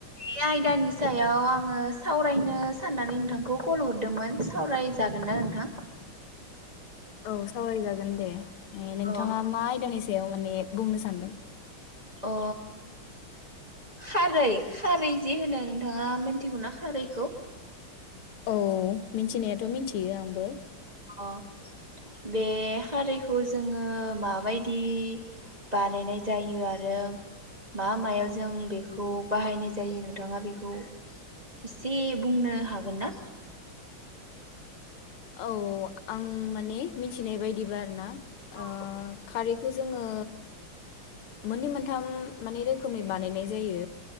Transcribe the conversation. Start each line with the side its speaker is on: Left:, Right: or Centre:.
Right: बे आयदानि सायाव आङो सावरायनो साननानै नोंथांखौ कल हरदोंमोन सावरायजागोन ना नोंथां?
Left: औ सावरायजागोन दे ए नोंथाङा
Right: अ
Left: मा आयदानि सा याव माने बुंनो सानदों
Right: अ खारै खारै जि होनो नोंथाङा मिथिगौना खारैखौ
Left: औ मिथिनायाथ' मिथियो आंबो
Right: अ बे खारैखौ जोङो माबायदि बानायनाय जायो आरो मा मायाव जों बेखौ बाहायनाय जायो नोंथाङा बेखौ इसे बुंनो हागोन ना
Left: औ आं माने मिथिनाय बायदिबा आरो ना आ
Right: औ
Left: खारै बेखौ जोङो मोननै मोनथाम माने रोखोमै बानायनाय जायो